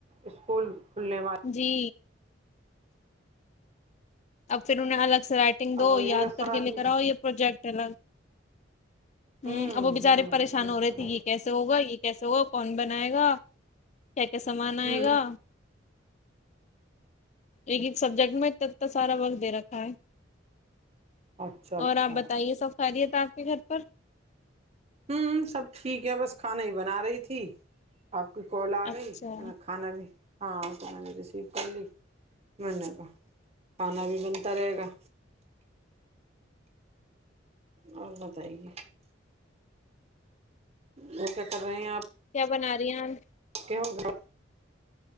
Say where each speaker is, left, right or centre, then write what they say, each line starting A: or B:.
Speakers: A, on the right; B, on the left.
A: اسکول کھلنے والا
B: جی اب پھر انہیں الگ سے رائٹنگ دو
A: اب یہ
B: یاد
A: سارا
B: کر کے لے
A: دن
B: کر آؤ یہ پروجیکٹ الگ
A: ہوں
B: ہ اب وہ بچارے
A: ہوں
B: پریشان
A: بالکل
B: ہو رہے تھے یہ کیسے ہوگا یہ کیسے ہوگا کون بنائے گا کیا کیا سامان آئے
A: ہوں
B: گا ایک ایک سبجیکٹ میں تو سارا وقت دے رکھا ہے
A: اچھا اچھا
B: اور آپ بتائیے سف خاریت تس کے گھر پر
A: ہوں سب ٹھیک ہے بس کھانا ہی بنا رہی تھی آپ کی کال آ
B: اچھا
A: گئی کھانا بھی ہاں تو میں نے ریسیو کر لی منے کا کھانا بھی بنتا رہے گا اور بتائیے وہ کیا کر رہے ہیں آپ
B: کیا بنا رہی ہیں
A: کیا ہو گا